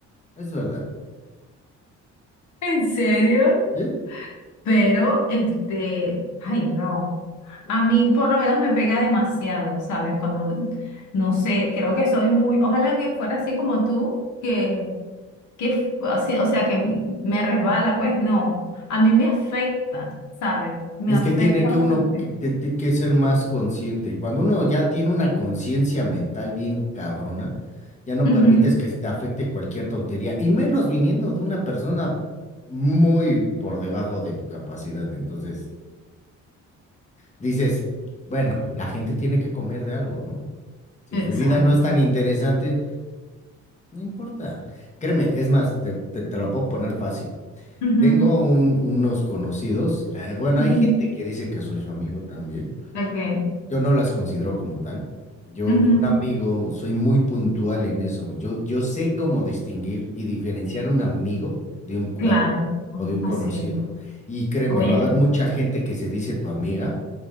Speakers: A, on the left (about 25°); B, on the left (about 70°).
A: es verdad.
B: ¿En serio?
A: Sí.
B: Pero, este, ay, no. A mí por lo menos me pega demasiado, ¿sabes? Cuando, no sé, creo que soy muy, ojalá que fuera así como tú, que que, f- así, o sea, que me resbala, pues no. A mí me afecta, ¿sabes? Me
A: Es
B: afecta
A: que tiene que
B: bastante.
A: uno que, te- te- que ser más consciente. Cuando uno ya tiene una conciencia mental bien cabrona, ya no
B: Ujú,
A: permites que te afecte cualquier tontería, y menos viniendo de una persona muy por debajo de tu capacidad. Entonces, dices, bueno, la gente tiene que comer de algo, ¿no? Si
B: Exacto.
A: su vida no es tan interesante, no importa. Créeme, es más, te, te- te lo puedo poner fácil.
B: Ujú,
A: Tengo un- unos conocidos, eh, bueno,
B: ujú,
A: hay gente que dice que soy su amigo también
B: ok,
A: Yo no las considero como tal. Yo,
B: ujú,
A: yo un amigo, soy muy puntual en eso. Yo, yo sé cómo distinguir y diferenciar a un amigo de un cuate
B: Claro, ujú,
A: o de un
B: así
A: conocido.
B: es.
A: Y créeme,
B: Oye,
A: va a haber mucha gente que se dice tu amiga